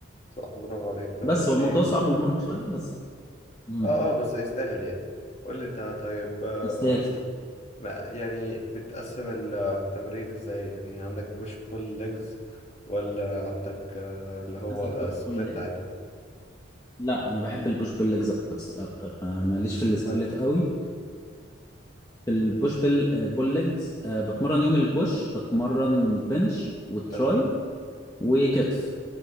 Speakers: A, on the left; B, on the left.
A: صح برافو عليك طب
B: بس
A: قول
B: هو الموضوع
A: لي
B: صعب ومرهق شوية بس مم.
A: اه اه بس يستاهل يعني قول لي انت طيب آه
B: يستاهل
A: آه،
B: فعلاً.
A: ما يعني بتقسم ال- التمرين ازاي يعني عندك بوش بول ليجز ولا عندك آه اللي هو
B: تنزل بوش
A: سبليت
B: بول ليج
A: عادي
B: لا انا بحب البوش بول ليجز اكتر ما- ماليش في السبليت
A: حلو
B: قوي في البوش بال بول ليجز آه، بتمرن يوم البوش بتمرن بنش وتراي
A: حلو
B: وكتف